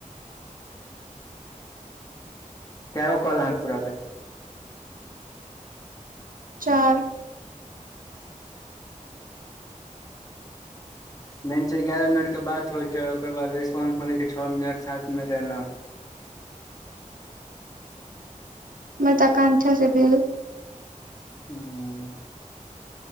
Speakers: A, on the left; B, on the right.
A: कागो ओ कल आँख पूरा भेलै
B: चार।
A: मेन छै ग्यारह मिनट के बात होइ छै ओकर बाद रेस्पॉं स मै छै छओ मिनट सात मिनट एना
B: मर ताका अच्छा से भेलऽ
A: ह